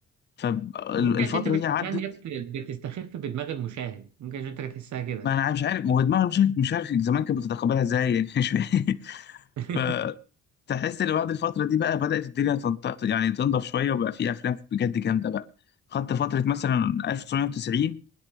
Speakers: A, on the left; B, on the right.
A: فالفترة
B: ممكن عشان انت بتحسها
A: دي عدت
B: ان هي بت- بتستخف بدماغ المشاهد ممكن عشان انت بتحسها كده
A: ما انا مش عارف ما هو دماغي مش عارف مش عارف زمان كانت بتتقبلها ازاي يعني مش فاهم
B: <laughs>
A: <laughs> فتحس ان بعد الفترة دي بقى بدأت الدنيا تنطق يعني تنضف شوية وبقى في افلام بجد جامدة بقى خدت فترة مثلا 1990